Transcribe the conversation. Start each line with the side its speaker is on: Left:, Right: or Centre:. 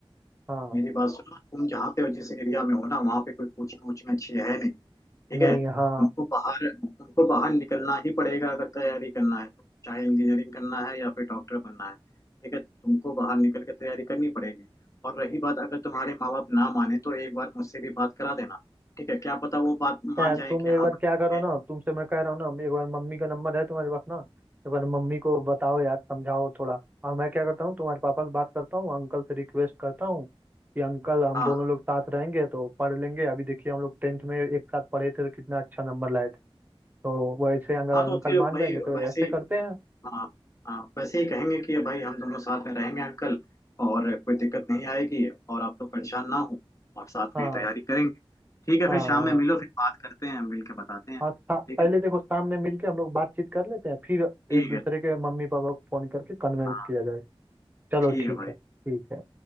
Right: हाँ
Left: मेरी बात सुनो तुम जहाँ पे जिस एरिया में हो ना वहाँ पे कोई कोचिंग वोचिंग अच्छी है नहीं ठीक
Right: नहीं
Left: है तुमको
Right: हाँ
Left: बाहर तुमको बाहर निकलना ही पड़ेगा अगर तैयारी करना है तो चाहे इंजीनियरिंग करना है या फिर डॉक्टर बनना है ठीक है तुमको बाहर निकल के तैयारी करनी पड़ेगी और रही बात अगर तुम्हारे माँ बाप ना माने तो एक बार मुझसे भी बात करा देना ठीक है क्या पता वो बात मान
Right: यार
Left: जाए
Right: तुम
Left: कि
Right: एक
Left: हाँ
Right: बार
Left: भाई
Right: क्या करो
Left: ये-
Right: ना तुमसे मैं कह रहा हूँ ना एक बार मम्मी का नंबर है तुम्हारे पास ना एक बार मम्मी को बताओ यार समझाओ थोड़ा और मैं क्या करता हूँ तुम्हारे पापा से बात करता हूँ अंकल से रिक्वेस्ट करता हूँ कि अंकल हम
Left: हाँ
Right: दोनों लोग साथ रहेंगे तो पढ़ लेंगे अभी देखिए हम लोग टेंथ में एक साथ पढ़े थे तो कितना अच्छा नंबर लाए थे तो वैसे अगर
Left: हाँ तो
Right: अंकल
Left: फिर
Right: मान
Left: वही
Right: जाएंगे तो
Left: वैसे
Right: ऐसे
Left: ही
Right: करते हैं
Left: हाँ हाँ वैसे ही कहेंगे कि भाई हम दोनों साथ में रहेंगे अंकल और कोई दिक्कत नहीं आएगी और आप तो परेशान ना हो और साथ
Right: हाँ
Left: में ही तैयारी करेंगे ठीक है
Right: हाँ
Left: फिर शाम
Right: हाँ
Left: में मिलो फिर बात करते हैं मिल के बताते हैं
Right: और
Left: फिर
Right: सा- पहले
Left: ठीक है
Right: देखो सामने मिलके हम लोग बातचीत कर लेते हैं फिर
Left: ठीक
Right: एक दूसरे
Left: है
Right: के मम्मी पापा को फोन करके कन्वेंस
Left: हाँ
Right: किया जाए चलो
Left: ठीक
Right: ठीक
Left: है भाई
Right: है ठीक है